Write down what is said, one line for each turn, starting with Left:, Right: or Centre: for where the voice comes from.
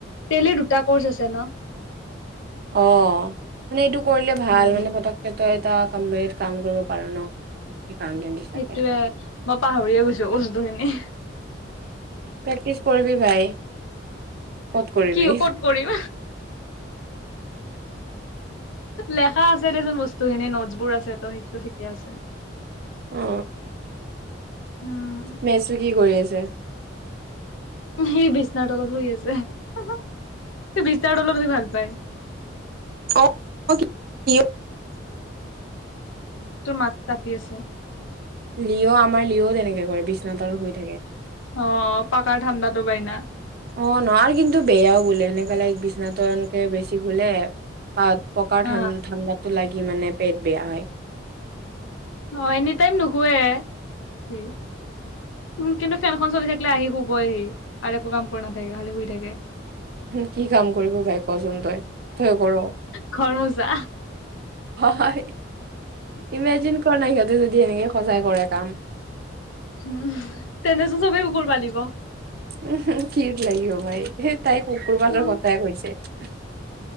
Left: তেলিৰ দুটা কৰ্চ আছে ন।
Right: অহ মানে এইটো কৰিলে ভাল
Left: উম
Right: মানে পতককে তই এটা কমপ্লেইত কাম কৰিব পাৰ ন। একাউন্টেন্ট হিচাপে।
Left: সেইটোৱে মই পাহৰিয়ে গৈছো বস্তু খিনি।
Right: প্ৰেকটিচ কৰিবি ভাই। ক'ত কৰিবি।
Left: কি ক'ত কৰিম লেখা আছে দেচোন বস্তু বস্তুখিনি নোটছ বোৰ আছে ত সেইতো থিকে আছে।
Right: অ
Left: উম
Right: মেচো কি কৰি আছে?
Left: সি বিচনাৰ তলত শুই আছে। সি বিচনাৰ তলত শুই ভাল পায়।
Right: অ', কি
Left: তোৰ মাত কাটি আছে।
Right: লিঅ আমাৰ লিঅ তেনেকে বিচনা তলত শুই থাকে।
Left: অহ পাকাৰ ঠাণ্ডাটো পায় না।
Right: অহ নোৱাৰি কিন্তু বেয়াও বোলে সেনেকে লাইক বিচনাটো এনেকে বেছি শুলে কাত পকাৰ
Left: অ
Right: ঠান ঠাণ্ডাটো লাগি সি মানে পেট বেয়া হয়।
Left: হয় এনিটাইম নুশুৱে সি। উম কিন্তু ফেনখন চলি থাকিলে আহি শু বয়হি আৰু একো কাম কৰি নাথাকে খালি শুই থাকে।
Right: কি কাম কৰিব ভাই কচোন তই তই কৰ
Left: ঘৰ মোচা
Right: হয় ইমেজিন কৰা নাই সিহঁতি যদি এনেকে সঁচাই কৰে কাম।
Left: উ তেনেচ চবেই কুকুৰ পালিব
Right: উ কিত লাগিব ভাই সেই তাই কুকুৰ পালৰ
Left: উম,
Right: কথাই কৈছে। উহ।